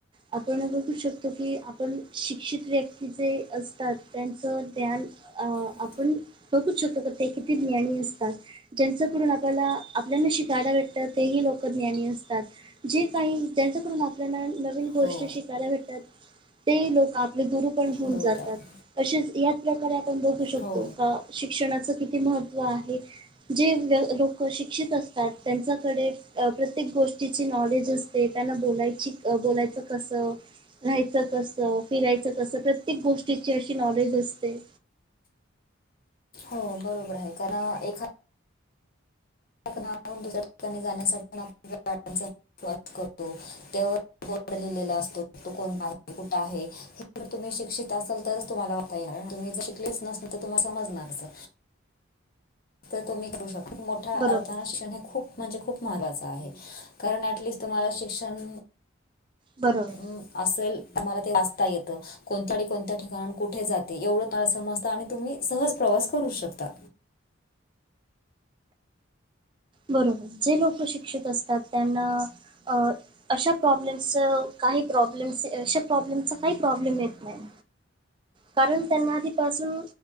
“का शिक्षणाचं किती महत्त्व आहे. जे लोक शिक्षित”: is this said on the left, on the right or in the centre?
Right